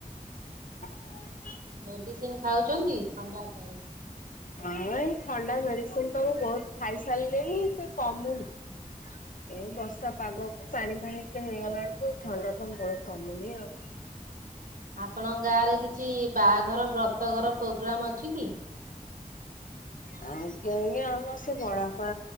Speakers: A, on the left; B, on the right.
A: <inaudible>
B: ମେଡିସିନ ଖାଉଛନ୍ତି ଥଣ୍ଡା ପାଇଁ?
A: ହଁ ଏଇ ଥଣ୍ଡା ମେଡିସିନ ତ ମୁଁ ବହୁତ ଖାଇ ସାରିଲିଣି ସେ କମୁନି ଏ ବର୍ଷା ପାଗକୁ ପାଣି ଫାଣି ଟିକେ ହେଇଗଲା ବେଳକୁ ଥଣ୍ଡା ତ ମୂଳରୁ କମୁନି ଆଉ।
B: ଆପଣଙ୍କ ଗାଁ ରେ କିଛି ବାହାଘର ବ୍ରତଘର ପ୍ରୋଗ୍ରାମ ଅଛି କି?
A: ଆଜ୍ଞା ଆଜ୍ଞା ଆମର ସେ ବଡପ